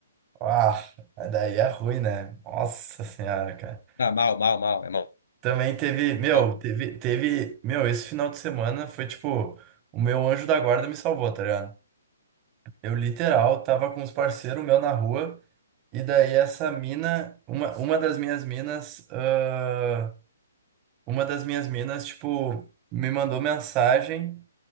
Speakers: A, on the right; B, on the left.
A: Ah, daí é ruim, né? Nossa senhora, cara.
B: Ah, mal, mal, mal, é mal,
A: Também teve, meu,
B: mal.
A: teve, teve, meu, esse final de semana foi tipo, o meu anjo da guarda me salvou, tá ligado? Eu literal tava com uns parceiros meu na rua, e daí essa mina, uma, uma das minhas minas, ah, uma das minhas minas, tipo, me mandou mensagem.